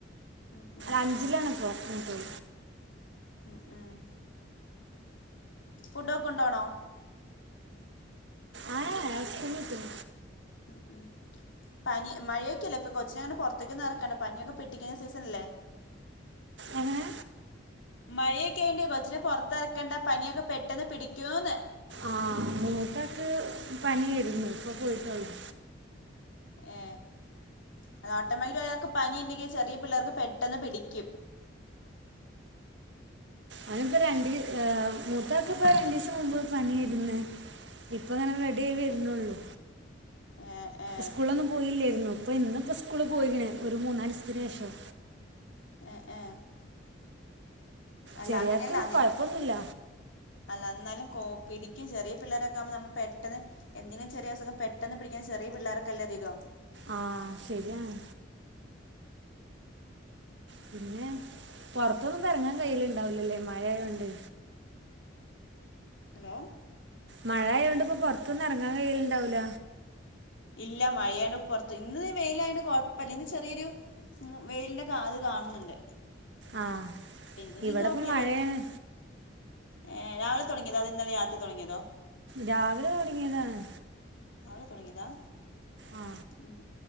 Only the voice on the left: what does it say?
ഉം ഉം
അ ആഹ് ഫുഡൊക്കെ കൊണ്ടോണോ
ഉം ഉം പനി മഴയൊക്കെല്ലേ ഇപ്പൊ കൊച്ചിനെ പൊറത്തേക്കൊന്നും എറക്കണ്ട പനിയൊക്കെ പിടിക്കുന്ന സീസണല്ലേ
മഴയൊക്കെ ഉണ്ട് കൊച്ചിനെ പൊറത്തിറക്കണ്ട പനിയൊക്കെ പെട്ടന്ന് പിടിക്കൂന്ന്
ഏ അത് ഓട്ടോമയ്ല് ഒരാൾക്ക് പനി ഇണ്ടെങ്കി ചെറിയ പിള്ളേർക്ക് പെട്ടെന്ന് പിടിക്ക്യും
ഏ ഏ
എ ഏ അല്ല
അങ്ങനെയല്ല അങ്ങൻ
അല്ല. ന്നാലും കോ പിടിക്യും ചെറിയ പിള്ളാരക്കെ ആവുമ്പം നമ്മള് പെട്ടന്ന് എന്തെങ്കിലും ചെറിയസുഖം പെട്ടെന്ന് പിടിക്ക്‌ന്നെ ചെറിയ പിള്ളാർക്കല്ലേ ധികം.
ഹലോ
ഇല്ല മഴയാണ്. പുറത്ത് ഇന്ന് ദേ വെയിലായോണ്ട് കൊഴപ്പല്ല. ഇന്ന് ചെറിയൊരു വെയിലിന്റെ കാ അത് കാണുന്നുണ്ട്.
പിന്നെനിക്ക്
കൊഴപ്പില്ല
വെര് ഏഹ് രാവിലെ തൊടങ്ങിയതാ അത് ഇന്നലെ രാത്രി തൊടങ്ങിയതോ?
രാവിലെ തൊടങ്ങിയതാ
ഉം